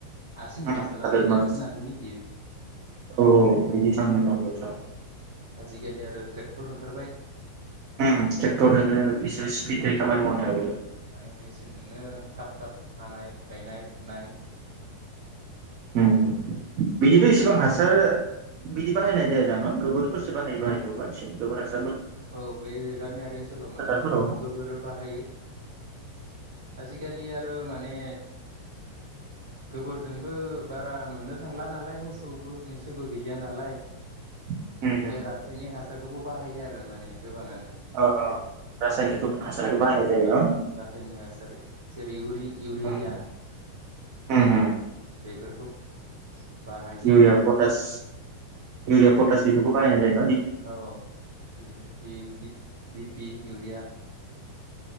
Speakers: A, on the right (about 70°); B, on the right (about 40°).
A: आसिन
B: उम
A: मासालासे
B: भाद्रमा
A: गायोमोन होननानै मिथियो।
B: औ औ बिदि <unintelligible>
A: आजिखालि आरो ट्रेक्टर ओंखारबाय।
B: उम ट्रेक्टरदोनो इसे स्पिड जायो खामानि मावनायाबो।
A: माने मेचिनजोंनो थाब थाब हानाय गायनाय फुनाय
B: उम उम बिदिथ' इसेबां हास सार बिदि बाहायनाय जाया जां न' गोबोरफोरसो बाहायो बाहायखौ बानसिं गोबोर हासा
A: औ बे गामियारि ओनसोलाव माने
B: फोथारफोराव
A: गोबोर बाहायो आजिखालि आरो माने गोबोरजोंबो बारा मोननो थांला नालाय मोसौबो मैसोबो गैलिया नालाय।
B: उम
A: बे
B: उम
A: रासायनिक हास सारखौबो बाहायो आर <unintelligible> माने गोबाङानो
B: अ अ रासायनिक हासारखौ
A: औ
B: बाहायनाय जायो
A: रास
B: न
A: रासायनिक हासार जेरै इउरि इउरिया
B: उम उम उम
A: बेफोरखौ बाहायो
B: इउरिया
A: आरो
B: पटास
A: माने
B: इउरिया पटास बेफोरखौ बाहायनाय जायोमोन।
A: औ औ इरिया इउ दि पि इउरिया